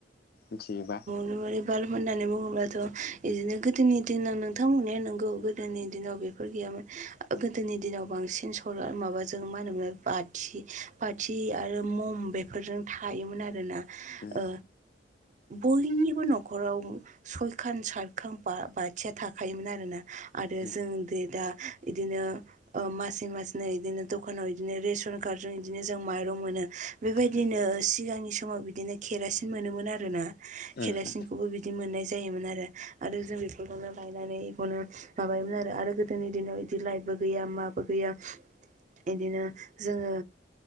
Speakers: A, on the left; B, on the right.
A: मिथियोबा
B: एकदम बारे बाल्ब होननानै बुङोब्लाथ' इदिनो गोदोनि दिनाव नोंथां बुंनाया नंगौ गोदोनि दिनाव बे फोर गैयामोन गोदोनि दिनाव बांसिन सलार' माबाजों मा होनोमोन बाथि बाथि आरो मम बेफोरजों थायोमोन आरोना
A: उम
B: ओ बयनि बो नखराव सयखान सातखां बा बाथिया थाखोमोन आरोना आरो
A: उम
B: जों जे दा इदिनो ओ मासे मासनो इदिनो दखानाव इदिनो रेसन कार्डजों इदिनो जों माइरं मोनो। बेबायदिनो
A: उम
B: सिगांनि समाव बिदिनो केरासिन मोनोमोन आरोना
A: उम
B: केरासिनखौबो बि बिदि मोननाय जायोमोन आरो आरो जों बेफोरखौनो लायनानै बेखौनो माबायोमोन आरो आरो गोदोनि दिनाव इदि लाइटबो गैया माबो गैया इदिनो जोङो